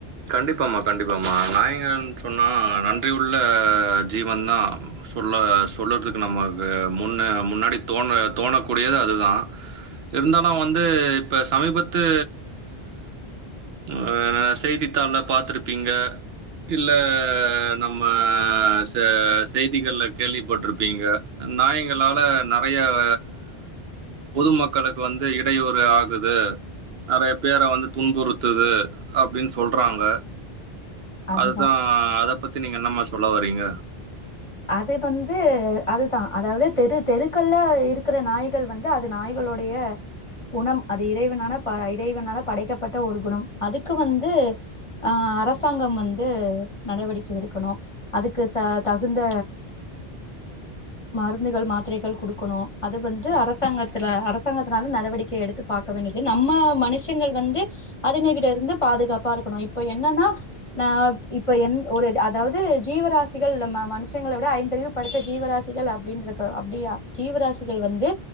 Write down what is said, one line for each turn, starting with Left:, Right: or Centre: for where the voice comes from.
Right: கண்டிப்பாம்மா, கண்டிப்பாம்மா. நாய்ங்கள்ன்னு சொன்னா நன்றி உள்ள ஜீவன் தா சொல்ல சொல்லறதுக்கு நமக்கு முன்ன முன்னாடி தோண தோணக்கூடியது அதுதா இருந்தாலு வந்து இப்ப சமீபத்து அ எனா செய்தி த்தாள்ல பாத்துருப்பீங்க இல்ல நம்ம செ செய்திகள்ல கேள்விப்பட்ருப்பீங்க நாயங்களால நறையவ பொதுமக்களுக்கு வந்து இடையூறு ஆகுது நறைய பேர வந்து துன்புறுத்துது அப்டின் ஸ் தொல்றாங்க
Left: அதுதா
Right: அத்தா அதப் பத்தி நீங்க என்னம்மா சொல்ல வரீங்க
Left: அது வந்து அதுதா அதாவது தெரு தெருக்கள்ல இருக்கற நாய்கள் வந்து அது நாய்களுடைய குணம் அது இறைவனான ப இறைவனால படைக்கப்பட்ட ஒரு குணம் அதுக்கு வந்து அ அரசாங்கம் வந்து நடவடிக்கை எடுக்கணு அதுக்கு ச த இந்த மருந்துகள் மாத்திரைகள் கொடுக்கணும் அது வந்து அரசாங்கத்துல அரசாங்கத்தினால நடவடிக்கை எடுத்து பார்க்க வேண்டியது நம்ம மனுஷங்கள் வந்து அதுங்ககிட்ட இருந்து பாதுகாப்பா இருக்கணும் இப்ப என்னன்னா அ இப்ப ஒரு அதாவது ஜீவராசிகள் நம்ம மனுஷங்க விட ஐந்தறிவு படுத்த ஜீவராசிகள் அப்படின்ற அப்படியா ஜீவராசிகள் வந்து